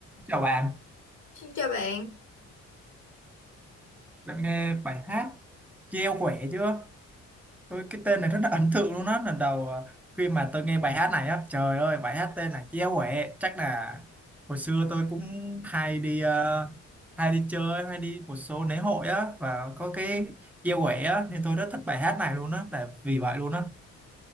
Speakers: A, in the centre; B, on the left.
A: Chào bạn,
B: Xin chào bạn,
A: bạn nghe bài hát Treo khỏe chưa? Tôi cái tên này rất là <laughs> ấn tượng luôn á. Lần đầu à, khi mà tôi nghe bài hát này á, trời ơi bài hát tên là Treo khỏe. Chắc là hồi xưa tôi cũng hay đi ờ, hay đi chơi, hay đi một số lễ hội á và có cái Treo khỏe á nên tôi rất thích bài hát này luôn á, là vì vậy luôn á.